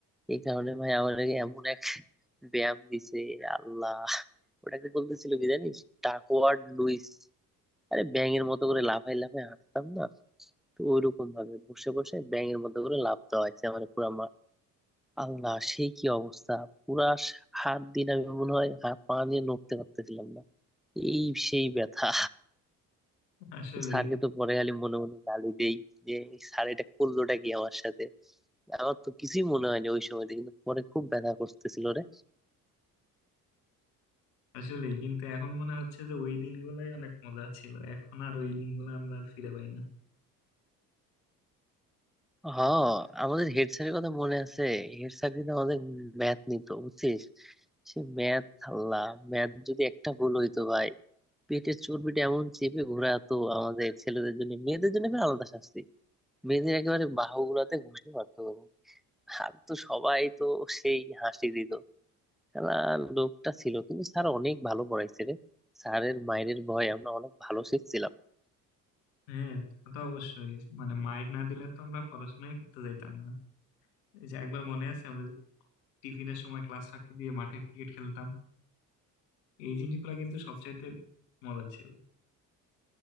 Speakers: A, in the centre; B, on the left.
A: এই কারণে ভাই আমার এমন এক ব্যায়াম দিছে আল্লাহ ওটাকে বলতেছিল কি জানিস Duckworth Luis আরে ব্যাঙের মতো করে লাফাই লাফাই হাঁটতাম না তো ওইরকম ভাবে বসে বসে ব্যাঙের মতো করে লাফ দেওয়া হয়েছে আমার পুরো আল্লাহ সেই কি অবস্থা পুরা হাত দিন আমি মনে হয় হাত পা নিয়ে নড়তে পারতেছিলাম না এই সেই ব্যথা
B: আসলেই
A: স্যারকে তো পরে খালি মনে মনে গালি দেই যে এই স্যার এটা করলোটা কি আমার সাথে আমার তো কিছুই মনে হয়নি ওই সময়তে কিন্তু পরে খুব ব্যথা করতেছিল রে
B: আসলেই কিন্তু এখন মনে হচ্ছে যে ওই দিনগুলাই অনেক মজা ছিল এখন আর ওই দিনগুলো আমরা আর ফিরে পাই না
A: হ্যাঁ আমাদের হেড স্যারের কথা মনে আছে হেড স্যার কিন্তু আমাদের ম্যাথ নিত বুঝছিস সে ম্যাথ আল্লাহ ম্যাথ যদি একটা ভুল হইতো ভাই পেটের চর্বিটা এমন চেপে ঘোরাতো আমাদের ছেলেদের জন্য মেয়েদের জন্য ফের আলাদা শাস্তি বেদের একেবারে বাহুগুলাতে ঘুষে মারতো গরু আর তো সবাই তো সেই হাসি দিত খেলা লোকটা ছিল কিন্তু স্যার অনেক ভালো পড়াইছে রে স্যারের মায়ের ভয় আমরা অনেক ভালো শিখছিলাম
B: হ্যাঁ তা তো অবশ্যই মানে মায়ের না দিলে তো আমরা পড়াশোনাই করতে যাইতাম না এই যে একবার মনে আছে আমরা যে টিফিনের সময় ক্লাস ফাঁকি দিয়ে মাঠে ক্রিকেট খেলতাম এই জিনিসগুলো কিন্তু সবচাইতে মজার ছিল